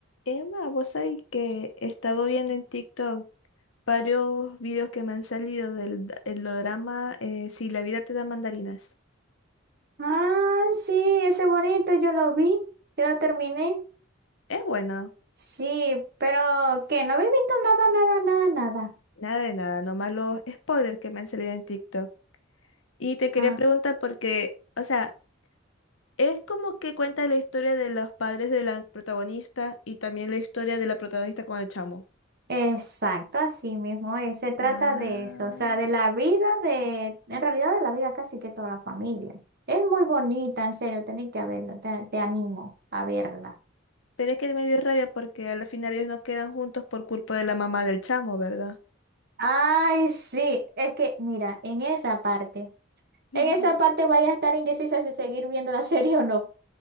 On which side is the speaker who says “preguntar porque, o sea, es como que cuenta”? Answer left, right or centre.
Left